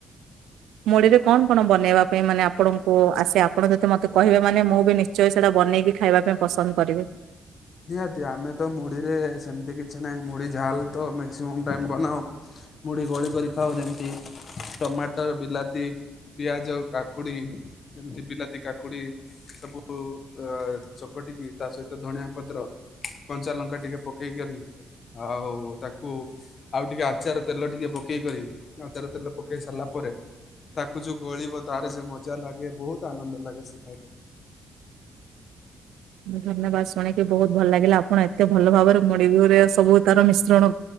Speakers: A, on the right; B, on the left.
A: ମୁଢ଼ି ରେ କଣ କଣ ବନେଇବା ପାଇଁ ମାନେ ଆପଣଙ୍କୁ ଆସେ ଆପଣ ଯଦି ମତେ କହିବେ ମାନେ ମୁଁ ବି ନି ନିଶ୍ଚୟ ସେଇଟା ବନେଇକି ଖାଇବା ପାଇଁ ପସନ୍ଦ କରିବେ।
B: ନିହାତି ଆମେ ତ ମୁଢ଼ିରେ ସେମିତି କିଛି ନାହିଁ ମୁଢ଼ି ଝାଲ ତ ମ୍ୟାକ୍ସିମମ୍ ଟାଇମ୍ ବନାଉ। ମୁଢ଼ି ଗୋଳି କରି ଖାଉ ଯେମିତି ଟମାଟର ବିଲାତି ପିଆଜ, କାକୁଡ଼ି, ଯେମିତି ବିଲାତି କାକୁଡ଼ି। ସବୁ ଅ ଚକଟିକି ତା ସହିତ ଧଣିଆ ପ ପ୍ର କଞ୍ଚା ଲଙ୍କା ଟିକେ ପକେଇ କରି ଆଉ ତାକୁ ଆଉ ଟିକେ ଆଚାର ତେଲ ଟିକେ ପକେଇ କରି ଆଚାର ତେଲ ପକେଇ ସାରିଲା ପରେ ତାକୁ ଯୋଉ ଗୋଳିବ ତାର ଯୋଉ ମଜା ଲାଗେ ବହୁତ ଆନନ୍ଦ ଲାଗେ ସେ ଖାଇଲେ।
A: ଧନ୍ୟବାଦ ଶୁଣିକି ବହୁତ ଭଲ ଲାଗିଲା ଆପଣ ଏତେ ଭଲ ଭାବରେ ମୁଢି ବି ରେ ସବୁ ତାର ମିଶ୍ରଣ